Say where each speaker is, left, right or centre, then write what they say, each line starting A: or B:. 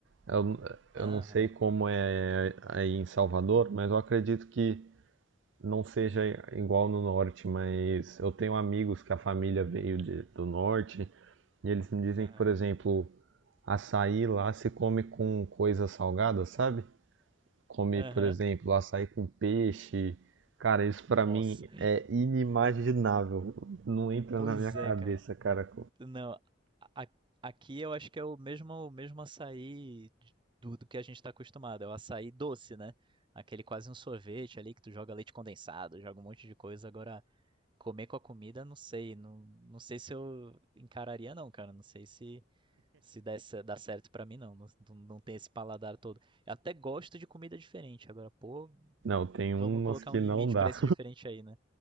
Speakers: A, on the right; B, on the right.
A: Eu, eu
B: Aham,
A: não sei como é aí em Salvador, mas eu acredito que não seja igual no norte, mas eu tenho amigos que a família veio de- do norte e eles me dizem
B: aham,
A: que, por exemplo, açaí lá se come com coisa salgada, sabe? Come,
B: aham.
A: por exemplo, açaí com peixe. Cara, isso pra
B: Nossa.
A: mim é inimaginável. Não entra
B: Pois
A: na minha cabeça,
B: é, cara.
A: cara.
B: Não, a- aqui eu acho que é o mesmo, o mesmo açaí do, do que a gente está acostumado, é o açaí doce, né? Aquele quase um sorvete ali que tu joga leite condensado, joga um monte de coisa. Agora, comer com a comida, não sei, não, não sei se eu encararia não, cara, não sei se se dá, ce- dá certo pra mim não, não, não não tem esse paladar todo. Eu até gosto de comida diferente, agora, pô,
A: Não, tem umas
B: vamos colocar
A: que
B: um limite
A: não dá.
B: pra esse diferente aí, né?